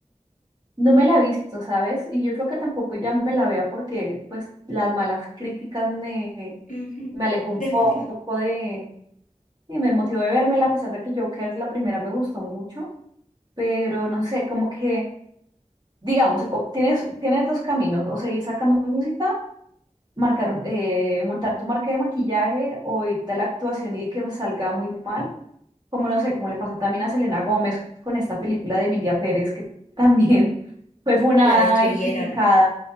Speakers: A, on the right; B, on the left.
A: No me la he visto, ¿sabes? Y yo creo que tampoco ya me la vea porque pues las malas críticas me,
B: Ujú.
A: me alejó un
B: Desmotivar.
A: poco de, y me motivó de verme a pesar de que Joker la primera me gustó mucho, pero no sé, como que, digamos, o- tienes, tienes dos caminos, o seguir sacando música marcar, eh, montar tu marca de maquillaje o irte a la actuación y que pues, salga muy mal, como no sé, como le pasó también a Selena Gómez con esta película de Emilia Pérez, que también <laughs> fue funada
B: La destruyeron.
A: y criticada,